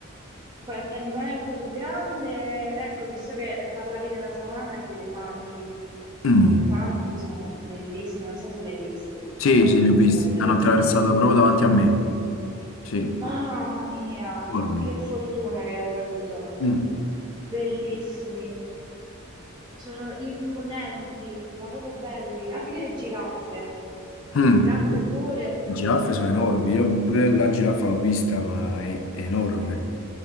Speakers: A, on the right; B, on the left.
A: Qualche animale un po' più grande, ecco, visto che parlavi della savana, gli elefanti.
B: Mm,
A: Gli elefanti sono bellissimi, non so se li hai visti
B: Sì,
A: quando
B: sì, li
A: se
B: ho visti.
A: ti è capitato
B: Hanno
A: di
B: attraversato
A: vederli.
B: proprio davanti a me. Sì,
A: Mamma mia,
B: enormi.
A: che fortuna che hai avuto!
B: Mm,
A: Bellissimi. Sono imponenti, ma proprio belli. Anche le giraffe,
B: mm.
A: giraffe
B: Le
A: pure.
B: giraffe sono enormi. Io pure la giraffa l'ho vista, ma è enorme.
A: Eh,